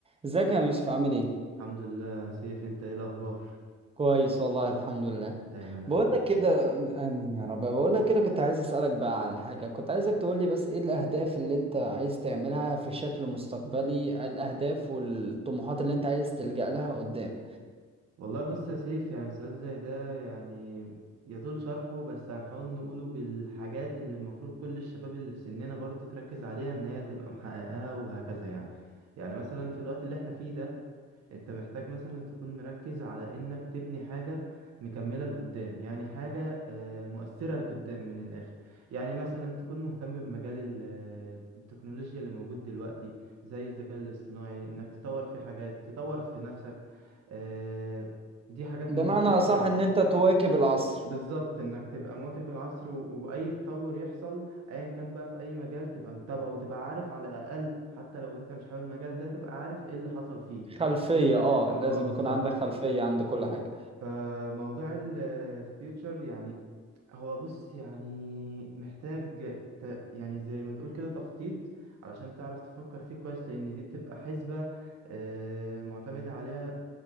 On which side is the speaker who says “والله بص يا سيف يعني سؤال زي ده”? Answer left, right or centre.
Right